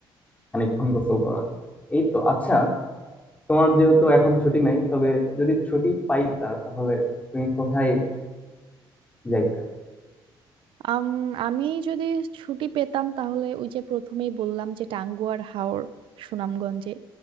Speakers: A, on the left (about 15°); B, on the right (about 75°).
A: খানিকক্ষণ গোসল করা এই তো আচ্ছা তোমার যেহেতু এখন ছুটি নাই তবে যদি ছুটি পাইতা তাহলে তুমি কোথায় যাইতা
B: আম, আমি যদি ছুটি পেতাম তাহলে ওই যে প্রথমেই বললাম যে টাঙ্গুয়ার হাওর সুনামগঞ্জে